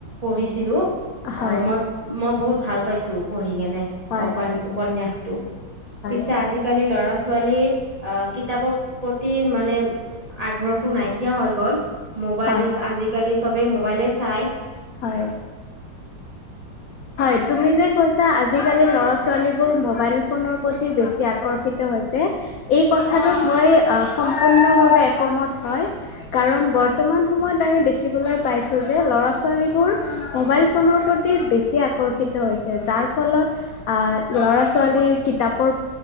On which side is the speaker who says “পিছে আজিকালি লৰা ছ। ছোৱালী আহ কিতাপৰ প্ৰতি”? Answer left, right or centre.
Right